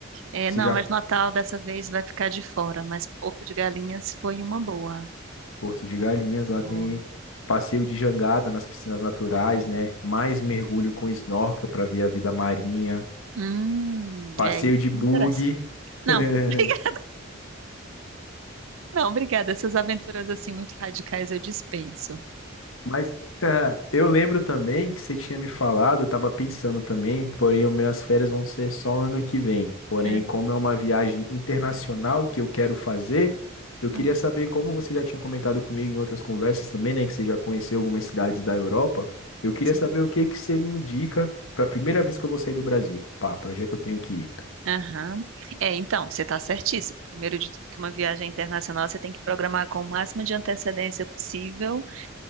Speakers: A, on the right (about 75°); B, on the left (about 75°).
A: É,
B: Você
A: não,
B: já
A: mas
B: foi
A: Natal dessa vez vai ficar de fora, mas Porto de Galinhas foi uma boa.
B: em Porto de Galinhas, lá
A: Foi.
B: tem passeio de jangada nas piscinas naturais, né? Mais mergulho com snorkel para ver a vida marinha.
A: Hum,
B: Passeio
A: é, isso
B: de bug.
A: me interessa. Não,
B: <laughs>
A: <laughs> não, obrigada. Essas aventuras assim muito radicais eu dispenso.
B: Mas <laughs> eu lembro também que você tinha me falado, eu estava pensando também, porém, as minhas férias vão ser só ano que vem. Porém,
A: É,
B: como é uma viagem internacional que eu quero fazer, eu queria
A: hum,
B: saber como você já tinha comentado comigo em outras conversas também, né, que você já conheceu algumas cidades da Europa. Eu queria
A: sim.
B: saber o que que você me indica para a primeira vez que eu vou sair do Brasil. Pá, para onde é que eu tenho que ir?
A: Aham. É, então, você está certíssimo. Primeiro de tudo, que uma viagem internacional você tem que programar com o máximo de antecedência possível,